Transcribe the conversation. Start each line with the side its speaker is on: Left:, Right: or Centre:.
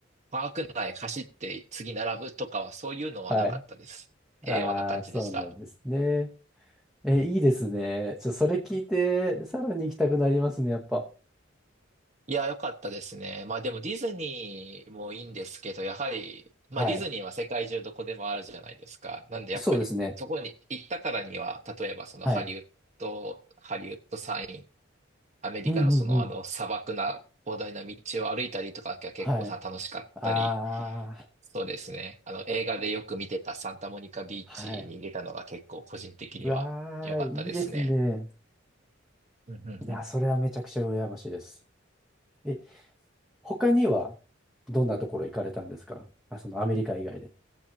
Right: パーク内走って次並ぶとかはそういうのはなかったです。
Centre: はい。
Right: 平和な感じでした。
Centre: ああ、そうなんですね。え、
Right: うん
Centre: いいですね。ちょ、それ聞いて、さらに行きたくなりますね、やっぱ。
Right: いや、良かったですね。まあでもディズニーもいいんですけど、やはり、まあディズニーは世界中どこでもあるじゃないですか。
Centre: はい。
Right: なんでやっぱり、
Centre: そうですね。
Right: そこに行ったからには、例えばそのハリウッド、
Centre: はい。
Right: ハリウッドサインアメリカのそのあの砂漠な広大な道を歩いたりとかが結構さ楽しかったり、
Centre: うんうんうん。はい。ああ、
Right: そうですね。あの映画でよく見てたサンタモニカビーチに行けたのが結構個人的には良かったですね。
Centre: はい。うわあ、いいですね。
Right: うんうんうん
Centre: いや、それはめちゃくちゃ羨ましいです。え、他には、どんなところ行かれたんですかあ、そのアメリカ以外で。